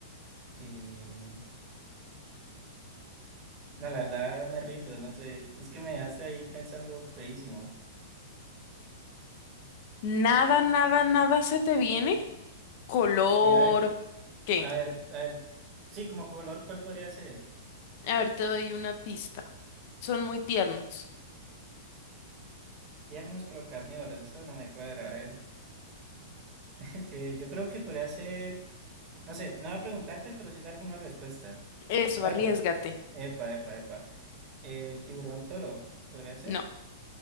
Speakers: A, on the right; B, on the left.
A: Eh, No, la verdad me rindo, no sé, es que me dejaste ahí pensando feísimo.
B: nada, nada, nada se te viene. Color,
A: Eh, a ver,
B: ¿qué?
A: a ver, a ver, sí, como color, ¿cuál podría ser?
B: A ver, te doy una pista. Son muy tiernos.
A: Tiernos pero carnívoros, eso no me cuadra, a ver. <laughs> Eh, yo creo que podría ser, no sé, no voy a preguntarte, pero sí dar como una respuesta.
B: Eso,
A: ¿Puedo?
B: arriesgate.
A: Epa, epa, epa. El tiburón toro, ¿podría ser?
B: No,